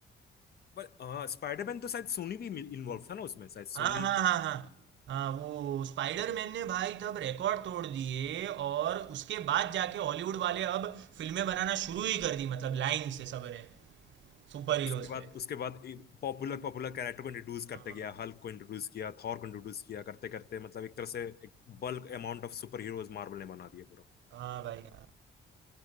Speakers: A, on the left; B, on the right.
A: बट हाँ स्पाइडरमैन तो शायद सोनी भी इन्वॉल्व था ना उसमें शायद सोनी
B: हाँ हाँ हाँ हाँ हाँ वो स्पाइडरमैन ने भाई तब रिकॉर्ड तोड़ दिए और उसके बाद जाके हॉलीवुड वाले अब फिल्में बनाना शुरू ही कर दी मतलब लाइन से सब ने सुपर हीरोज
A: उसके बाद
B: पे
A: उसके बाद पॉपुलर पॉपुलर कैरेक्टर को इंट्रोड्यूस करते
B: हाँ
A: गया हल्क को इंट्रोड्यूस किया थॉर को इंट्रोड्यूस किया करते करते मतलब एक तरह से एक bulk amount of super heroes Marvel ने बना दिया पूरा
B: हाँ भाई हाँ